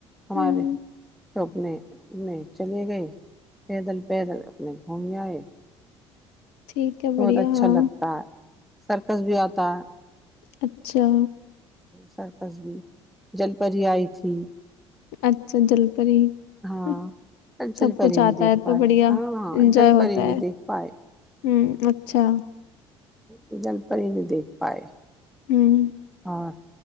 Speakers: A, in the centre; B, on the left (about 70°).
A: ہمارے
B: ہوں
A: سبنے نہیں چلے گئے پیدل پیدل اپنے گھومنے آئے
B: ٹھیک ہے
A: بہت
B: بڑھیا
A: اچھا
B: ہاں
A: لگتا ہے سرکس بھی آتا ہے
B: اچھا
A: سرکس بھی جل پری آئی تھی
B: اچھا جل پری
A: ہاں
B: ہم،
A: جل
B: سب
A: پر
B: کچھ
A: ہی نہیں
B: آتا
A: دیکھ
B: ہے
A: پائے
B: تو بڑھیا
A: ہاں ہاں
B: انجوائے
A: جل
B: ہوتا
A: پر ہی نہیں
B: ہے
A: دیکھ پائے
B: ہوں اچھا
A: ہ جل پر ہی نہیں دیکھ پائے
B: ہوں
A: اور